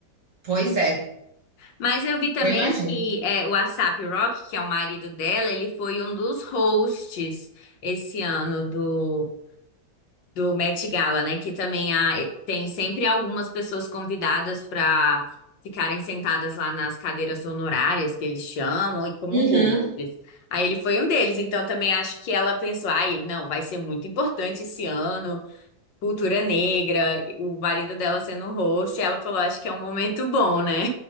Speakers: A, on the right (about 45°); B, on the left (about 70°).
A: Pois é,
B: Mas eu vi também
A: eu imagino.
B: que é, o ASAP Rocky, que é o marido dela, ele foi um dos hosts esse ano do do Met Gala, né? Que também há, eh, tem sempre algumas pessoas convidadas para ficarem sentadas lá nas cadeiras honorárias que eles chamam e como
A: Uhum.
B: hosts. Aí ele foi um deles, então também acho que ela pensou, ai, ele não, vai ser muito importante esse ano, cultura negra, o marido dela sendo um host, ela falou, acho que é um momento bom, né?